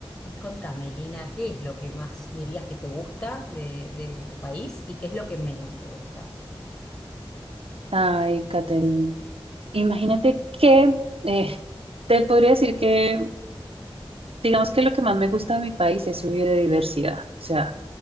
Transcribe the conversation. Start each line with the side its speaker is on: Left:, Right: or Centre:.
Left: Y contame, Lina, ¿qué es lo que más dirías que te gusta de, de tu país y qué es lo que menos te gusta?
Right: Ay, Caterina, imagínate que eh, te podría decir que, digamos que lo que más me gusta de mi país es su biodiversidad. O sea,